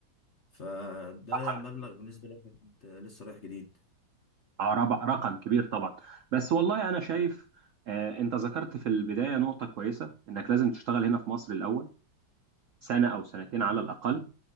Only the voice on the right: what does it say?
رقم
كبير
آه، رب- رقم كبير طبعا بس والله انا شايف آه، انت ذكرت في البداية نقطة كويسة انك لازم تشتغل هنا في مصر الاول سنة أو سنتين على الأقل